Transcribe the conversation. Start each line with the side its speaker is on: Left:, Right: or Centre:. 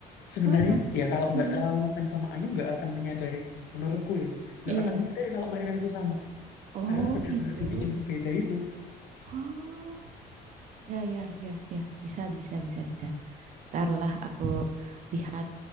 Left: sebenarnya
Right: apa
Left: ya kalau nggak
Right: Mm-mm.
Left: terlalu ngefans sama Ayu nggak akan menyadari menurutku ya nggak
Right: iya
Left: akan
Right: ya
Left: menyadari kalau mereka itu sama
Right: oh
Left: karena benar-benar
Right: gitu
Left: dibikin sebeda itu
Right: oh ya ya ya ya bisa bisa bisa bisa tarlah aku lihat